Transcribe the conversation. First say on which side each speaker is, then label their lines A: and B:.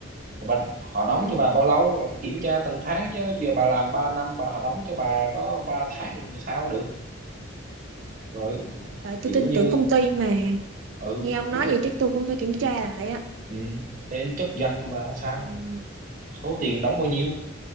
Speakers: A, on the right (about 40°); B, on the right (about 65°).
A: rồi bà, họ
B: Ừ,
A: đóng cho bà bao lâu bà phải kiểm tra từng tháng chứ giờ bà làm 3 năm bà họ đóng cho bà có 3 tháng thì sao được rồi
B: tại tôi
A: kiểu
B: tin
A: như
B: tưởng công ty mà
A: ừ,
B: nghe ông
A: của,
B: nói vậy chắc tôi cũng phải kiểm tra lại á
A: ừ, lên chức danh của bà là sao
B: ừ.
A: số tiền đóng bao nhiêu